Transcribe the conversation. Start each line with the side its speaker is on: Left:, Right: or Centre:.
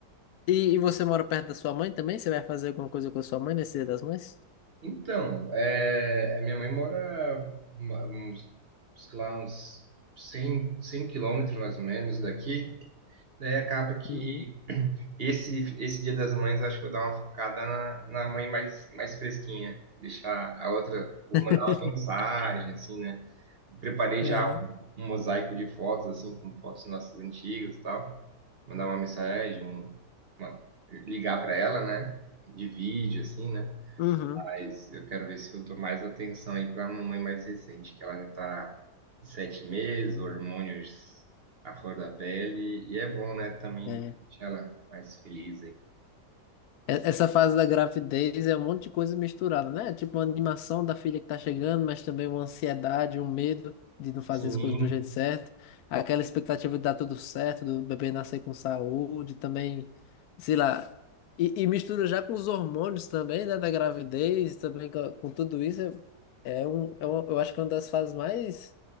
Left: E, e você mora perto da sua mãe também? Você vai fazer alguma coisa com a sua mãe nesse Dia das Mães?
Right: Então, é, a minha mãe mora uma- uns, sei lá, uns 100, 100 quilômetros mais ou menos daqui. Daí acaba que
Left: Uhum.
Right: Esse, esse Dia das Mães, eu acho que eu vou dar uma focada na, na mãe mais, mais fresquinha. Deixar a outra, vou
Left: <laughs>
Right: mandar uma mensagem, assim, né? Preparei
Left: Uhum.
Right: já um, um mosaico de fotos, assim, com fotos nossas antigas e tal. Mandar uma mensagem, um, uma- ligar para ela, né? De vídeo, assim, né?
Left: Uhum.
Right: Mas eu quero ver se eu dou mais atenção aí para a mamãe mais recente, que ela já tá de sete meses, hormônios à flor da pele. E é bom, né? Também
Left: É.
Right: deixar ela mais feliz aí.
Left: É- Essa fase da gravidez é um monte de coisa misturada, né? Tipo uma animação da filha que tá chegando, mas também uma ansiedade, um medo de não fazer
Right: Sim,
Left: as coisas do jeito certo, aquela expectativa de dar tudo certo, do bebê nascer com saúde, também, sei lá. E, e mistura já com os hormônios também, né? Da gravidez, também com, com tudo isso. É, é um, é uma- eu acho que é uma das fases mais